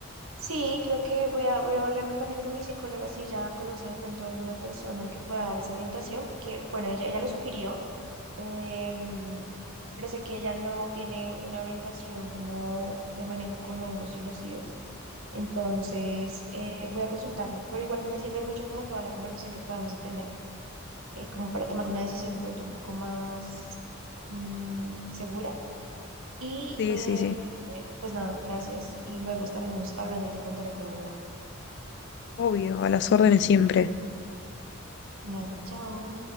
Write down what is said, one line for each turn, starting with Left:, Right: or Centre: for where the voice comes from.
Right: Sí, creo que voy a, voy a hablar co- también con mi psicóloga si ella conoce de pronto alguna persona que pueda dar esa orientación, porque, bueno, ella, ella lo sugirió, em, pero sé que ella no tiene una orientación como de manejo con hongos y los IDES. Entonces, eh, voy a consultarlo, pero igual me sirve mucho como toda la conversación que acabamos de tener, eh, como para tomar una decisión de pronto un poco más mm, segura. Y
Left: Sí,
Right: eh,
Left: sí, sí.
Right: pues nada, gracias. Y luego estaremos hablando y te contaré cómo me va.
Left: Obvio, a las órdenes siempre.
Right: Dale, chao.